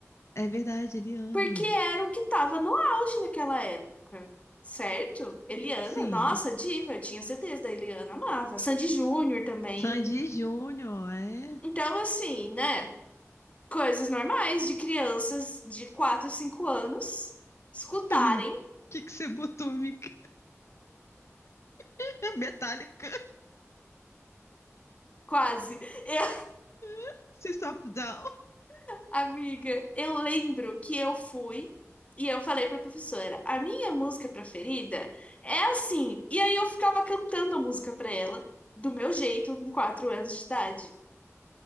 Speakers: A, on the left (about 65°); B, on the left (about 25°).
A: É verdade, Eliana.
B: porque era o que tava no auge naquela época, certo? Eliana,
A: Sim.
B: nossa, diva, eu tinha CDs da Eliana, amava. Sandy Júnior também.
A: Sandy Júnior, é?
B: Então, assim, né? coisas normais de crianças de 4, 5 anos escutarem,
A: <laughs> O que que você botou, amiga? <laughs> Metallica.
B: quase. Eu,
A: <laughs> System of a Down.
B: <laughs> amiga, eu lembro que eu fui e eu falei pra professora, a minha música preferida é assim. E aí eu ficava cantando a música pra ela, do meu jeito, com 4 anos de idade.